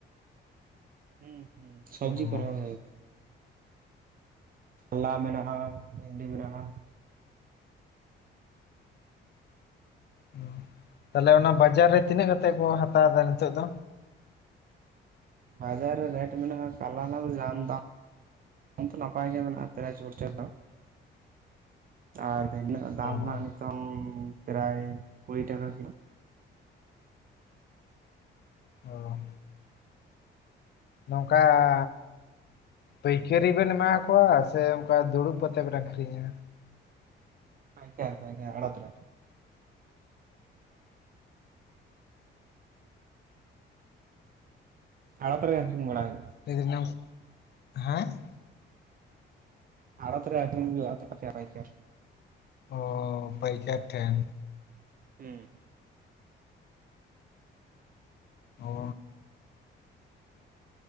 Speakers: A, on the right (about 45°); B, on the left (about 55°).
A: ᱦᱩᱸ ᱦᱩᱸ ᱥᱚᱵᱡᱤ
B: ᱚ
A: ᱠᱚ ᱨᱚᱦᱚᱭ ᱦᱩᱭ ᱠᱟᱱᱟ ᱠᱟᱞᱞᱟ ᱢᱮᱱᱟᱜᱼᱟ ᱵᱷᱤᱱᱰᱤ ᱢᱮᱱᱟᱜᱼᱟ
B: ᱚ ᱛᱟᱦᱞᱮ ᱚᱱᱟ ᱵᱟᱡᱟᱨ ᱨᱮ ᱛᱤᱱᱟᱹᱜ ᱠᱟᱛᱮᱜ ᱠᱚ ᱦᱟᱛᱟᱣ ᱫᱟ ᱱᱤᱛᱚᱜ ᱫᱚ
A: ᱵᱟᱡᱟᱨ ᱨᱮ ᱨᱮᱴ ᱢᱮᱱᱟᱜᱼᱟ ᱠᱟᱞᱞᱟ ᱫᱚ ᱡᱟᱱ ᱫᱟᱢ ᱚᱱᱛᱮ ᱱᱟᱯᱟᱭ ᱜᱮ ᱢᱮᱱᱟᱜᱼᱟ <unintelligible> ᱫᱚ ᱟᱨ ᱵᱷᱤᱱᱰᱤ ᱨᱮᱱᱟᱜ ᱫᱟᱢ
B: ᱚ
A: ᱦᱟᱜ ᱱᱤᱛᱚᱝ ᱯᱨᱟᱭ ᱠᱩᱲᱤ ᱴᱟᱠᱟ ᱠᱤᱞᱳ
B: ᱚ ᱱᱚᱝᱠᱟ ᱮ ᱯᱟᱹᱭᱠᱟᱹᱨᱤ ᱵᱮᱱ ᱮᱢᱟ ᱠᱚᱣᱟ ᱥᱮ ᱚᱱᱠᱟ ᱫᱩᱲᱩᱵ ᱠᱟᱛᱮᱫ ᱵᱮᱱ ᱟᱠᱷᱨᱤᱧᱟ
A: ᱯᱟᱭᱠᱟᱨ ᱯᱟᱭᱠᱟᱨ ᱟᱲᱚᱛ ᱨᱮ ᱟᱲᱚᱛ ᱨᱮ ᱟᱠᱷᱨᱤᱧ ᱵᱟᱲᱟ ᱦᱩᱭᱩᱜ ᱟ
B: ᱮᱠᱫᱚᱢ ᱦᱮᱸ
A: ᱟᱲᱚᱛ ᱨᱮ ᱟᱠᱷᱤᱨᱤᱧ ᱦᱩᱭᱩᱜ ᱟ ᱯᱟᱭᱠᱟᱨ ᱯᱟᱭᱠᱟᱨ
B: ᱚ ᱯᱟᱹᱭᱠᱟᱹᱨ ᱴᱷᱮᱱ
A: ᱦᱩᱸ,
B: ᱚ,